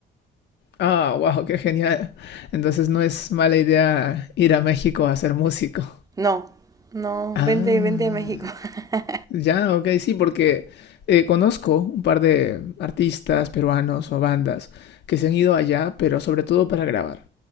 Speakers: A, on the left; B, on the right.
A: Ah, wow, qué genial. Entonces no es mala idea ir a México a ser músico.
B: No, no,
A: Ah.
B: vente, vente a México. <laughs>
A: Ya, ok, sí, porque eh, conozco un par de artistas peruanos o bandas que se han ido allá, pero sobre todo para grabar.